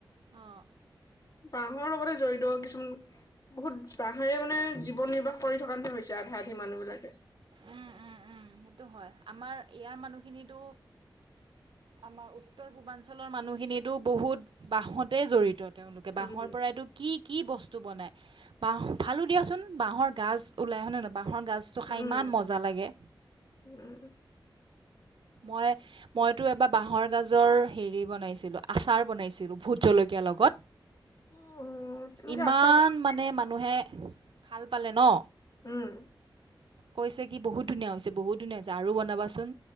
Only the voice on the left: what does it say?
বাঁহৰ লগতে জড়িত, কিছুমান বহুত বাঁহেৰে মানে জীৱন নিৰ্বাহ কৰি থকা নিচিনা হৈছে আধা আধি মানুহ বিলাকে।
উম
উম
উম।
উম তেনেকে
আচাৰ বনাই
উম।